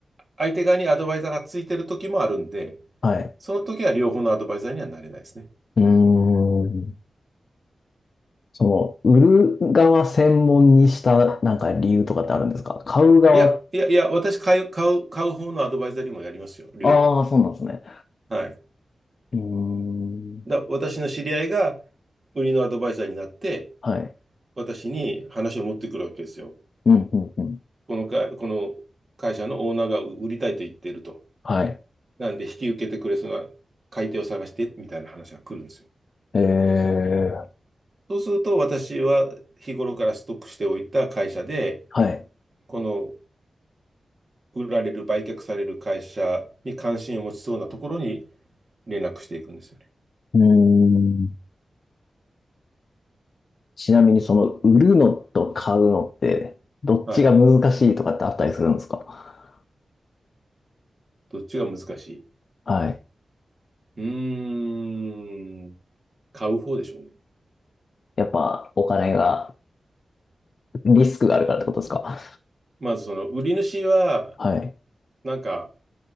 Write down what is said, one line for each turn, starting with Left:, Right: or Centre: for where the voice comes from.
Right: 相手側にアドバイザーがついてる時もあるんで、
Left: はい。
Right: その時は両方のアドバイザーにはなれないですね。
Left: うーん。その、売る側専門にしたなんか理由とかってあるんですか買う側、
Right: いや、いや、いや、私買う、買う、買う方のアドバイザーにもやりますよ、両方。
Left: ああ、そうなんですね。
Right: はい。
Left: うーん。
Right: だ、私の知り合いが売りのアドバイザーになって、
Left: はい。
Right: 私に話を持ってくるわけですよ。
Left: うん、うん、うん。
Right: このか、この会社のオーナーが売りたいと言っていると。
Left: はい。
Right: なんで引き受けてくれそうな買い手を探して、みたいな話が来るんですよ。
Left: ええ、
Right: そうすると、私は日頃からストックしておいた会社で、
Left: はい。
Right: この売られる、売却される会社に関心を持ちそうなところに連絡していくんですよね。
Left: うーん。ちなみにその、売るのと買うのって、どっちが難しいとかってあったりするんですか
Right: はい。どっちが難しい。
Left: はい。
Right: うーん、買う方でしょうね。
Left: やっぱ、お金が、リスクがあるからってことですか
Right: まずその売り主は、
Left: はい。
Right: なんか、